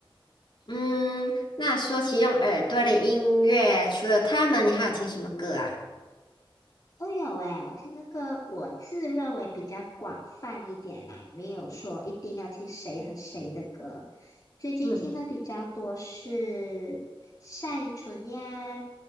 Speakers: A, on the left; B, on the left.
A: 嗯，那说起用耳朵的音乐，除了他们，你还有听什么歌啊？
B: 都有诶，我听的歌我自认为比较广泛一点啦，没有说一定要听谁和谁的歌。最近听的比较多是
A: 嗯，
B: 单依纯呀、